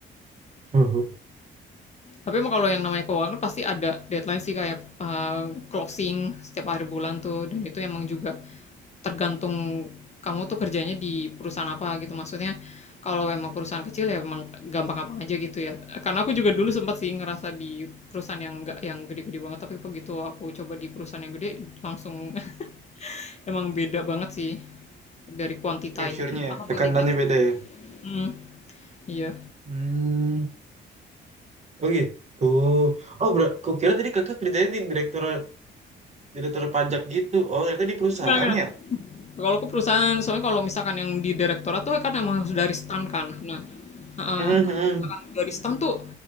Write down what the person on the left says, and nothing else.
tapi emang kalau yang namanya keuangan pasti ada deadline sih kayak eh, closing setiap hari bulan tuh dan itu emang juga tergantung kamu tuh kerjanya di perusahaan apa gitu maksudnya kalau emang perusahaan kecil ya emang gampang-gampang aja gitu ya karena aku juga dulu sempat sih ngerasa di perusahaan yang enggak yang gede-gede banget tapi begitu aku coba di perusahaan yang gede langsung <laughs> emang beda banget sih dari kuantitanya
apa kuantitas
hmm, iya
enggak enggak
kalau aku perusahaan soalnya kalau misalkan yang di direktorat tuh kan emang harus dari stan kan nah uh,
kalau misalkan dari stan tuh